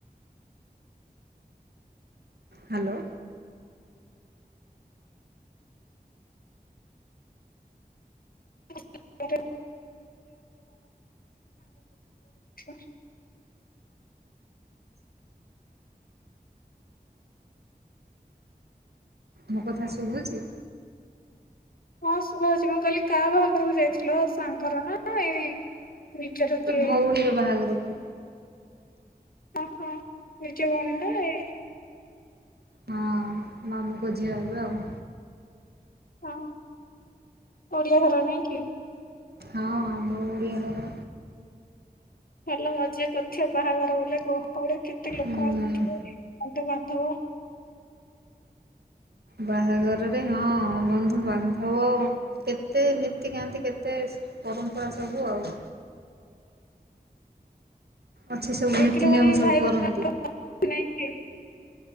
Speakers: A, on the right; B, on the left.
A: ହାଲୋ।
B: ନମସ୍କାର <unintelligible>
A: ମୋ କଥା ଶୁଭୁଛି?
B: ହଁ ଶୁଭାଯାଉଛି ମୁଁ କହିଲି କାହା ବାହାଘରକୁ ଯାଇଥିଲ ସାଙ୍ଗ ର ନା ଏଇ ନିଜର କିଏ?
A: ଗୋଟେ ଭଉଣୀର ବାହାଘରକୁୁ।
B: ଓ ହୋ ନିଜ ଭଉଣୀ ନା ଏଇ
A: ହଁ ମାମୁ ଙ୍କ ଝିଅ ହେବେ ଆଉ।
B: ହଁ ଓଡିଆ ଘର ନାଇଁ କି?
A: ହଁ ଆମ ଓଡ଼ିଆ ଘର।
B: ଭଲ ମଜା କରୁଥିବ ବାହାଘର ବୁଲିଆକୁ। ଘରେ କେତେ ଲୋକ
A: ହୁଁ
B: ଆସିଥିବେ ବନ୍ଧୁ ବାନ୍ଧବ ତୁ
A: ବାହାଘର ରେ ହଁ ବନ୍ଧୁବାନ୍ଧବ କେତେ ନୀତିକାନ୍ତି କେତେ ପରମ୍ପରା ସବୁ ଆଉ। ଅଛି ସବୁ
B: ହେଇଥିରେ
A: ନୀତିନିୟମ
B: ପୁଣି
A: ସବୁ
B: ଭାଇ
A: କରନ୍ତି।
B: ଭଉଣୀ ନାଇଁ କି